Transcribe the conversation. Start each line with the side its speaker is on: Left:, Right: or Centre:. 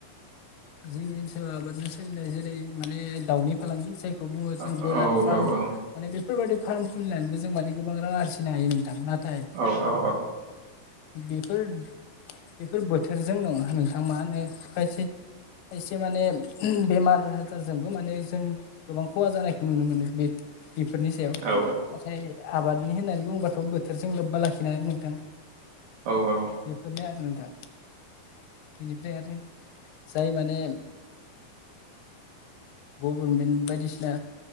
Left: जोंनि ओनसोलाव आबादजों सोलिनाय जेरै माने दाउनि फालांगि जाय खौ बुङो जों
Right: औ
Left: ब्रयलार
Right: औ
Left: फार्म
Right: औ औ
Left: माने बेफोरबाददि फार्म खुलिनानैबो जों माने गोबां रां आरजि फिनो हायो नोंथां नाथाय
Right: औ औ
Left: बेफोर बेफोर बोथोरजों दङा नोंथां मा होनो खायसे खायसे माने बेमार आजारजोंबो माने जों गोबां खहा जानायखौ नुनो मोनो बे बेफोरनि सायाव
Right: औ
Left: नाथाय आबाद बिनो होननानै बुङोबाथ' बोथोरजों लोब्बा लाखिनानै नोंथां
Right: औ औ
Left: बेफोरनो आरो न दा बिनिफ्राय आरो जाय माने गभर्मेन्ट बायदिसिना